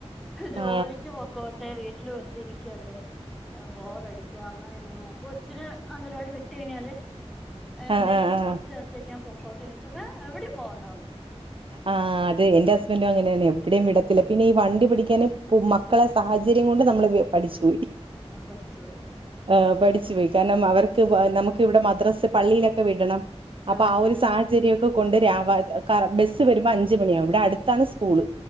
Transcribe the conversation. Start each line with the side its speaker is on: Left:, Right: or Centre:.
Centre: ജോലിക്ക്
Right: ആ
Centre: പോക്കോട്ടെ വീട്ടിൽ വെറുതെ ഇരിക്കല്ലേ ബോറടിക്കുക അങ്ങനെ എങ്ങനെയ കൊച്ചിന് അംഗലവാടി വിട്ട് കഴിഞ്ഞാല് എന്തിനെങ്കിലും
Right: ആ ആ ആ
Centre: കുറച്ച് നേരത്തേക്ക് ഞാൻ പൊക്കോട്ട ചോയിച്ചപ്പോ എഹ് എവിടെയും പോണ്ടന്ന് പറഞ്ഞു
Right: ആഹ് അത് എന്റെ ഹസ്ബന്ഡും അങ്ങനെയാണ് എവിടെയും
Centre: പറഞ്ഞു
Right: വിടത്തില്ല പിന്നെ ഈ വണ്ടി പിടിക്കാനൻ മക്കള സാഹചര്യം കൊണ്ട് നമ്മള് പഠിച്ചുപോയി
Centre: ആ പഠിച്ചു പോയി
Right: ആഹ് പഠിച്ചു
Centre: ഉം
Right: പോയി കാരണം അവർക്ക് നമുക്ക് ഇവിടെ മദ്രസ്സ് പള്ളിയിലൊക്കെ വിടണം അപ്പൊ
Centre: ആഹ് ആഹ്
Right: ആ ഒരു സാഹചര്യക്കെ കൊണ്ട് രാവ ബസ് വരുമ്പോ അഞ്ച് മണിയാവും ഇവിടെ അടുത്താണ് സ്കൂള്